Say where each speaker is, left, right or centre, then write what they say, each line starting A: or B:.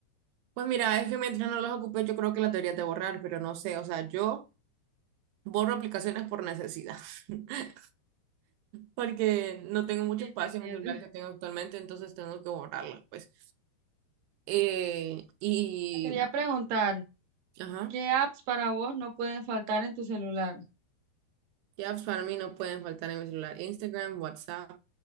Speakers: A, on the right; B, on the right.
A: Pues mira, es que mientras no las ocupé, yo creo que las deberías de borrar, pero no sé, o sea, yo borro aplicaciones por necesidad, <laughs> porque no tengo mucho
B: Sí,
A: espacio
B: te entiendo.
A: en el celular que tengo actualmente, entonces tengo que borrarlas, pues. Eh, y,
B: Te quería preguntar,
A: ajá,
B: ¿qué apps para vos no pueden faltar en tu celular?
A: ya apps para mí no pueden faltar en mi celular. Instagram, WhatsApp,